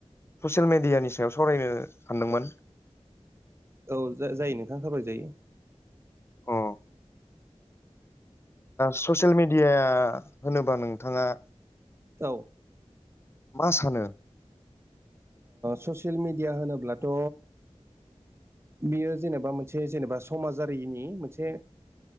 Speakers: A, on the left; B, on the right.
A: ससियेल मिडियानि सायाव सरायनो सानदोंमोन‌।
B: औ जायो नोंथां खावलायजायो।
A: अ ससियेल मिडिया होनोबा नोंथाङा
B: औ।
A: मा सानो
B: ससियेल मिडिया होनोब्लाथ' बेयो जेनेबा मोनसे जेनेबा समाजारिनि मोनसे